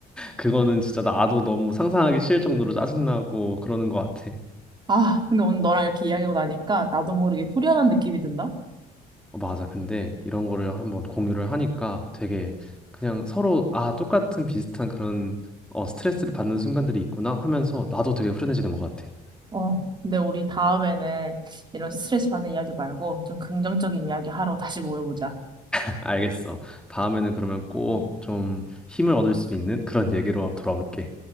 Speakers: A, in the centre; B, on the right.
A: 그거는 진짜 나도 너무 상상하기 싫을 정도로 짜증나고 그러는 것 같아.
B: 아, 근데 오늘 너랑 이렇게 이야기하고 나니까 나도 모르게 후련한 느낌이 든다.
A: 어, 맞아. 근데 이런 거를 한번 공유를 하니까 되게 그냥 서로 아, 똑같은 비슷한 그런 어, 스트레스를 받는 순간들이 있구나 하면서 나도 되게 후련해지는 것 같아.
B: 어. 근데 우리 다음에는 이런 스트레스 받는 이야기 말고 좀 긍정적인 이야기 하러 다시 모여보자.
A: <laughs> 알겠어. 다음에는 그러면 꼭 좀 힘을 얻을 수 있는 그런 얘기로 돌아올게.